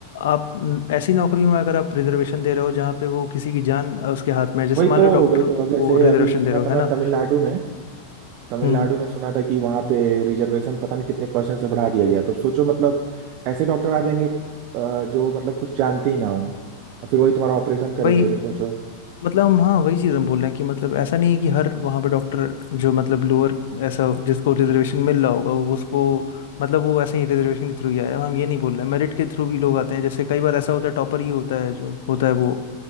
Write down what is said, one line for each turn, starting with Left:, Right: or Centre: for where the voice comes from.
Left: आप न, ऐसी नौकरियों में अगर आप रिजर्वेशन दे रहे हो जहाँ पे वो किसी की जान अ, उसके हाथ में है जैसे
Right: वही
Left: मान
Right: तो
Left: लो डॉक्टर
Right: वही तो अब जैसे
Left: को रिजर्वेशन
Right: अभी सुना
Left: दे रहे हो
Right: था मैं
Left: है ना
Right: तमिलनाडु में तमिलनाडु
Left: हम्म
Right: में सुना था कि वहां पे रिजर्वेशन पता नहीं कितने परसेंट से बढ़ा दिया गया तो सोचो मतलब ऐसे डॉक्टर आ जाएंगे अ, जो मतलब कुछ जानते ही ना हो और फिर वही तुम्हारा ऑपरेशन करेंगे
Left: भाई
Right: तो सोचो
Left: मतलब हम हाँ वही चीज़ हम बोल रहे हैं कि मतलब ऐसा नहीं है कि हर वहाँ पे डॉक्टर जो मतलब लोअर ऐसा जिसको रिजर्वेशन मिल रहा होगा वो उसको मतलब वो ऐसे ही रिजर्वेशन के थ्रू ही आया है। हम ये नहीं बोल रहे हैं मेरिट के थ्रू भी लोग आते हैं जैसे कई बार ऐसा होता है टॉपर ही होता है जो होता है वो